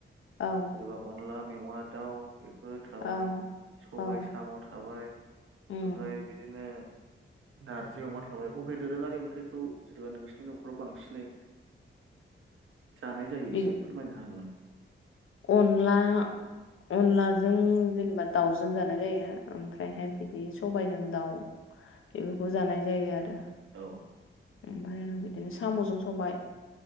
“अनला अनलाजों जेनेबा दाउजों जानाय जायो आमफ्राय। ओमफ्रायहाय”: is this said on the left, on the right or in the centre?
Left